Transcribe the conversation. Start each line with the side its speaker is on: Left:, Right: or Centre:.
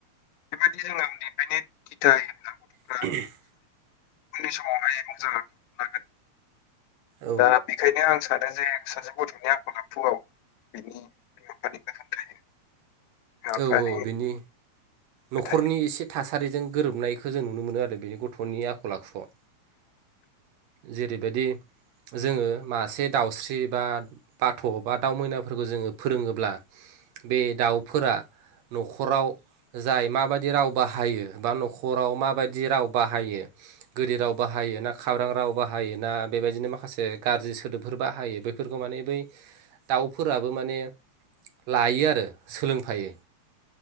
Left: बेबायदि जोंनानिफ्रायनो <unintelligible> <unintelligible>
Right: <inaudible>
Left: उननि समावहाय मोजां लागोन
Right: औ
Left: दा बि बेखायनो आं सानो जे सासे गथ'नि आखल आखुआव बिनि बिमा बिफानि गोाहोन थायो। बिमा
Right: औ
Left: बिफानि
Right: औ बिनि न'खरनि
Left: थायो
Right: एसे थासारि थारिजों गोरोबनायखौ जों नुनो मोनो आरो बेनि गथ'नि आखल आखुआव जेरैबायदि जोंङो मासे दाउस्रि बा बाथ' बा दाउ मैनाफोरखौ जोङो फोरोङोब्ला बे दाउ फोर न'खराव जाय माबायदि राव बाहायो बा न'खराव माबायदि राव बाहायो गोददि राव बाहायो ना खाब्रां राव बाहायो ना बेबायदिनो माखासे गाज्रि सोदोबफोर बाहायो बे बेफोरखौ माने बै दाउफोराबो माने लायो आरो सोलोंफायो